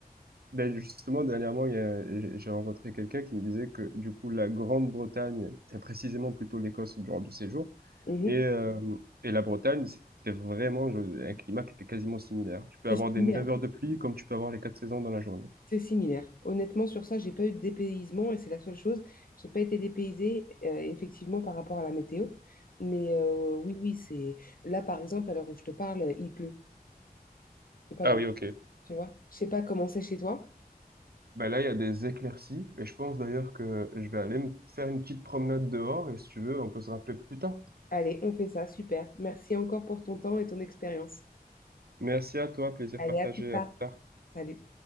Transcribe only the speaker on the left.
Mhm.
C'est
similaire.
C'est similaire. Honnêtement, sur ça, j'ai pas eu de dépaysement et c'est la seule chose. J'ai pas été dépaysée, euh, effectivement, par rapport à la météo. Mais euh, oui, oui, c'est... Là, par exemple, à l'heure où je te parle, il pleut. C'est pas
beau,
tu vois. Je sais pas comment c'est chez toi.
Allez, on fait ça, super. Merci encore pour ton temps et ton expérience.
Allez,
à plus tard.
Salut.